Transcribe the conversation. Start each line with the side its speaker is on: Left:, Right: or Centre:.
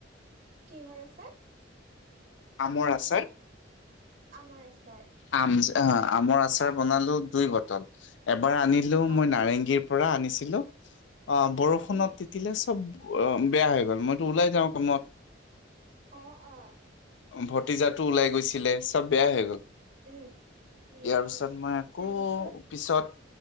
Right: কিহৰ আচাৰ?
Left: আমৰ আচাৰ।
Right: আমাৰ আচাৰ।
Left: আম আ আমৰ আচাৰ বনালো দুই বটল। এবাৰ আনিলো
Right: অ',
Left: মই নাৰেংগীৰ পৰা আনিছিলোঁ। অ বৰষুণত
Right: উম,
Left: তিতিলে চব অ বেয়া হৈ গ'ল মইতো ওলাই যাওঁ কামত।
Right: অ অ।
Left: ভতিজাতো ওলাই গৈছিলে চব বেয়া হৈ গ'ল।
Right: উম। উম,
Left: ইয়াৰ পিছত মই আকৌ
Right: তাৰপিছত
Left: পিছত